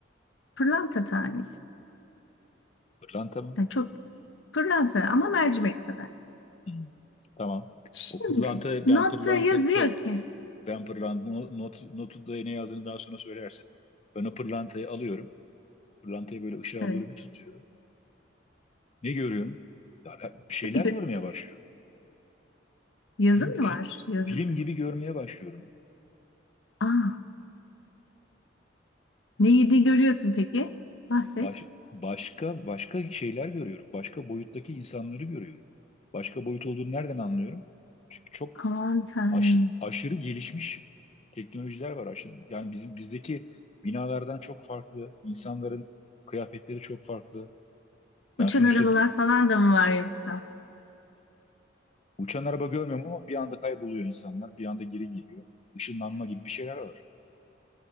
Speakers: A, on the left (about 80°); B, on the left (about 35°).
A: Pırlanta tanesi.
B: Pırlanta mı?
A: Yani çok pırlanta ama mercimek kadar.
B: Hı, Tamam.
A: Şimdi
B: O pırlanta
A: notta
B: ben pırlanta
A: yazıyor
B: pır,
A: ki.
B: ben pırlanta not, notu da ne yazdığını daha sonra söylersin. Ben o pırlantayı alıyorum. Pırlantayı böyle ışığa
A: Evet.
B: doğru bir tutuyorum. Ne görüyorum? Ya, Bir şeyler
A: <laughs>
B: görmeye başlıyorum.
A: Yazı
B: Film
A: mı
B: fi-
A: var? Yazı.
B: film gibi görmeye başlıyorum.
A: Aa, neyi ne görüyorsun peki? Bahset.
B: Baş, başka başka şeyler görüyorum. Başka boyuttaki insanları görüyorum. Başka boyut olduğunu nereden anlıyorum? Çünkü çok
A: Aman Tanrım.
B: aşı- aşırı gelişmiş teknolojiler var. Aşı- yani bizim bizdeki binalardan çok farklı, insanların kıyafetleri çok farklı. Yani
A: Uçan
B: sonuçta
A: arabalar falan da mı var yoksa?
B: uçan araba görmüyorum ama bir anda kayboluyor insanlar, bir anda geri geliyor. Işınlanma gibi bir şeyler var.